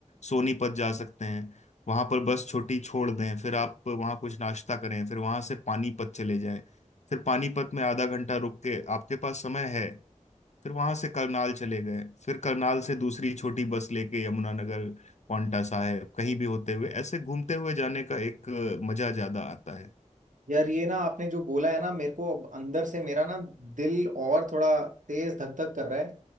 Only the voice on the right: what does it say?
यार ये ना आपने जो बोला है ना मेरे को अब अंदर से मेरा ना दिल और थोड़ा तेज धक धक कर रहा है